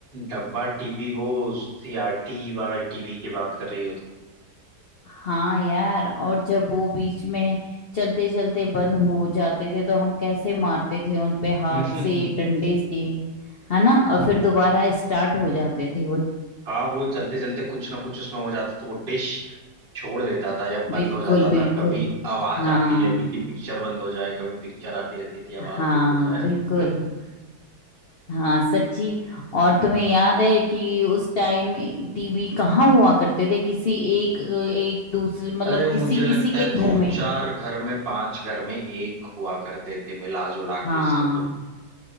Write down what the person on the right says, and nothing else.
डब्बा टीवी वो सीआरटी वाला टीवी की बात कर रही हो
तुम
<laughs>
हाँ वो चलते चलते कुछ ना कुछ उसमें हो जाता तो वो डिश छोड़ देता था या बंद
हो जाता
था कभी आवाज
आती रहती थी पिक्चर बंद हो जाए कभी पिक्चर आती रहती थी आवाज
बंद हो जाए
<laughs>
अरे मुझे
लगता है
दो
चार घर में पांच घर में एक हुआ करते थे मिला जुला के
सब